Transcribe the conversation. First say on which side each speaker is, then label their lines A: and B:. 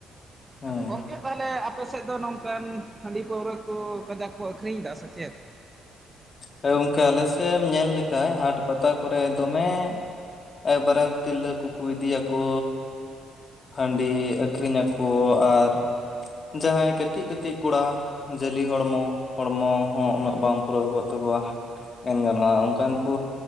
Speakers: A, on the left; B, on the right.
A: ᱦᱩᱸ
B: ᱟᱫᱚ ᱜᱚᱝᱠᱮ ᱛᱟᱦᱚᱞᱮ ᱟᱯ ᱯᱮ ᱥᱮᱫ ᱫᱚ ᱱᱚᱝᱠᱟᱱ ᱦᱟᱺᱰᱤ ᱯᱟᱹᱣᱨᱟᱹ ᱠᱚ ᱠᱟᱡᱟᱠ ᱠᱚ ᱟᱹᱷᱨᱤᱧ ᱮᱫᱟ ᱥᱮᱪᱮᱫ?
A: ᱦᱮᱸ ᱜᱚᱝᱠᱮ ᱟᱞᱮ ᱥᱮᱫ ᱮᱢ ᱧᱮᱞ ᱞᱮᱠᱷᱟᱡ ᱦᱟᱴ ᱯᱟᱛᱟ ᱠᱚᱨᱮ ᱫᱚᱢᱮ ᱚᱠᱚᱨᱮᱱ ᱛᱤᱨᱞᱟᱹ ᱠᱚᱠᱚ ᱤᱫᱤᱭᱟᱠᱚ ᱦᱟᱺᱰᱤ ᱟᱹᱠᱷᱨᱤᱧ ᱟᱠᱚ ᱟᱨ ᱡᱟᱦᱟᱸᱭ ᱠᱟᱹᱴᱤᱡ ᱠᱟᱹᱴᱤᱡ ᱠᱚᱲᱟ ᱡᱟᱹᱞᱤ ᱦᱚᱲᱢᱚ, ᱦᱚᱲᱢᱚ ᱦᱚᱸ ᱩᱱᱟᱹᱜ ᱵᱟᱝ ᱯᱩᱨᱟᱹᱣ ᱠᱚᱜ ᱛᱟᱠᱚᱣᱟ, ᱢᱮᱱ ᱜᱟᱱᱚᱜᱼᱟ ᱚᱱᱠᱟᱱ ᱠᱚ